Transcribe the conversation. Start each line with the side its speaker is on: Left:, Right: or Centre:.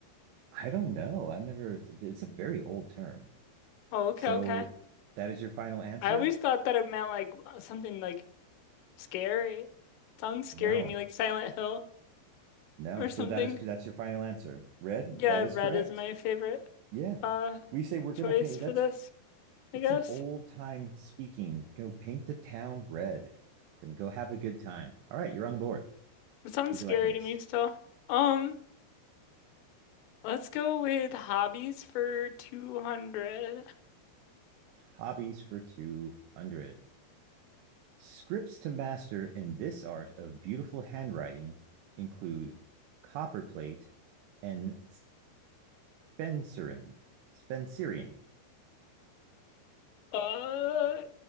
Right: I don't know. I've never it's a very old term.
Left: Oh, okay,
Right: So
Left: okay.
Right: that is your final answer?
Left: I always thought that it meant like something like scary. Sounds scary
Right: No.
Left: to me, like Silent Hill
Right: No.
Left: or
Right: So
Left: something.
Right: that is that's your final answer. Red,
Left: Yeah,
Right: that is
Left: red
Right: correct.
Left: is my favorite
Right: Yeah.
Left: uh
Right: We say we're
Left: choice
Right: gonna paint
Left: for
Right: that's
Left: this,
Right: that's
Left: I guess.
Right: some old time speaking. Go paint the town red. Gonna go have a good time. All right, you're on the board.
Left: It sounds
Right: What would
Left: scary
Right: you like next?
Left: to me still. Um, let's go with hobbies for 200.
Right: Hobbies for 200. Scripts to master in this art of beautiful handwriting include copperplate and Spencerian. Spencerian.
Left: Uh,